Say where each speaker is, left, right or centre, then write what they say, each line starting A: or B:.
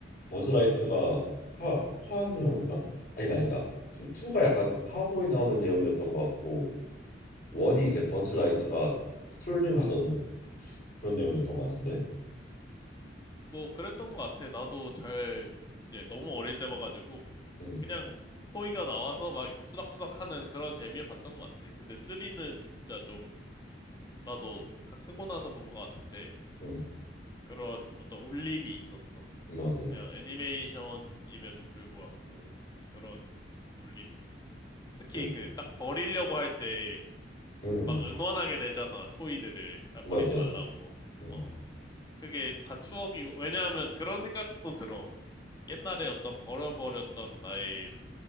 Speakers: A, on the left; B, on the left.
A: 버즈라이트가 카 카한 내용인가? 아니다 아니다. 투 투가 약간 그 카우보이 나오는 내용이었던 것 같고 원이 이제 버즈라이트가 그 트롤링 하던 그런 내용이었던 것 같은데.
B: 뭐 그랬던 것 같아. 나도 잘 이제 너무 어릴 때 봐가지고
A: 응,
B: 그냥 토이가 나와서 막 투닥투닥 하는 그런 재미에 봤던 것 같아. 근데 3는 진짜 좀 나도 다 크고 나서 본 것 같은데
A: 응,
B: 그런 어떤 울림이 있었어.
A: 맞아.
B: 그냥 애니메이션임에도 불구하고 그런 울림이 있었어. 특히
A: 그,
B: 그 딱
A: 응,
B: 버리려고 할 때
A: 응,
B: 막 응원하게 되잖아, 토이들을. 아, 버리지
A: 맞아.
B: 말라고.
A: 응,
B: 어. 그게 다 추억이고, 왜냐하면 그런 생각도 들어. 옛날에 어떤 버려버렸던 나의